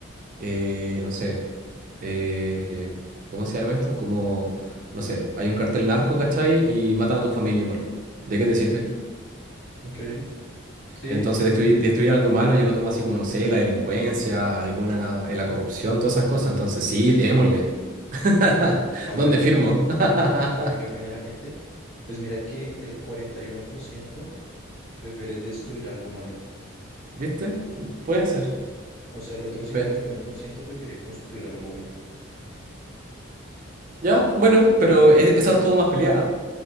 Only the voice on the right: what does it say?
eh, no sé, eh, ¿cómo se llama esto? Como, no sé, hay un cartel narco, ¿cachai? Y matan a tu familia igual. ¿De qué te sirve?
Entonces, destruir, destruir algo malo, yo lo tomo así como, no sé, la delincuencia, alguna, eh, la corrupción, todas esas cosas. Entonces, sí, démosle. <laughs>
¿Dónde firmo?
<laughs>
¿Viste? Puede ser.
Pe-
ya, bueno, pero e- esa estuvo más peleada. ¿eh?